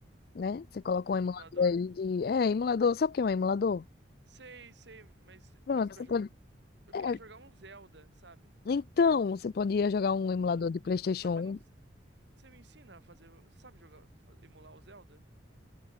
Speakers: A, on the left (about 50°); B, on the right (about 70°).
A: né? Você coloca um
B: emulador?
A: emulador aí de. É, emulador. Sabe o que é um emulador?
B: Sei, sei, mas,
A: Pronto,
B: mas pra
A: você
B: jo-
A: pode.
B: eu
A: É,
B: queria jogar um Zelda, sabe?
A: então, você podia jogar um emulador
B: Novo.
A: de PlayStation
B: Mas eu
A: 1.
B: não. s- Você me ensina a fazer. Você sabe jogar, fa- emular o Zelda?